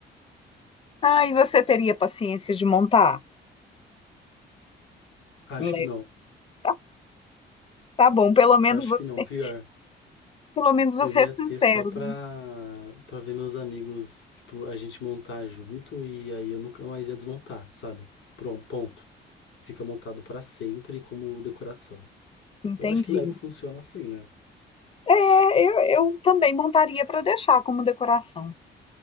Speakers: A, on the left (about 30°); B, on the left (about 85°).
A: Ah, e você teria paciência de montar
B: Acho
A: um Lego?
B: que não,
A: Tá, tá bom, pelo menos
B: acho
A: você,
B: que não,
A: <laughs>
B: pior.
A: pelo menos você
B: Eu ia
A: é sincero.
B: ter só pra,
A: né?
B: pra ver meus amigos, tipo, a gente montar junto e aí eu nunca mais ia desmontar, sabe? Pronto, ponto. Fica montado pra sempre como decoração.
A: Entendi.
B: Eu acho que Lego funciona assim, né?
A: É, eu, eu também montaria para deixar como decoração.